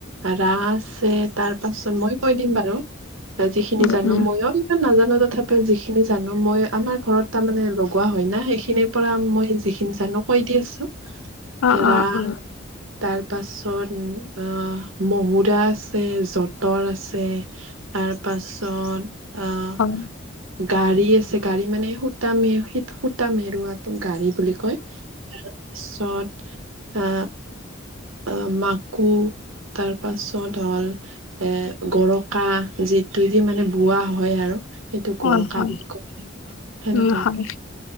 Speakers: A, on the right (about 80°); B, on the left (about 80°).
A: ৰাঁচ আছে তাৰ পাছত মই কৈ দিম বাৰু যিখিনি
B: উম
A: জানো
B: উম
A: ময়ো ইমান নাজানো। তথাপিও যিখিনি জানো মই আমাৰ ঘৰত তাৰ মানে লগোৱা হয় না, সেইখিনিৰ পৰা মই যিখিনি জানোঁ কৈ দি আছো
B: অ
A: ৰা
B: অ অ
A: তাৰ পাছত উম, অ, মহুৰা আছে, যঁতৰ আছে, তাৰ পাছত অ'
B: হয়
A: গাড়ী আছে, গাড়ী মানে সূতা মে-সূত-সূতা মেৰুৱাতো গাড়ীত বুলি কয়, তাৰ পিছত আ আ মাকো তাৰ পাছত হ'ল, এ গৰকা, যিটোদি মানে বোৱা হয় আৰু। সেইটো গৰকা
B: অ হয় হয় অ হয়
A: বুলি কয়, সেনেকুৱাকে
B: উ হয়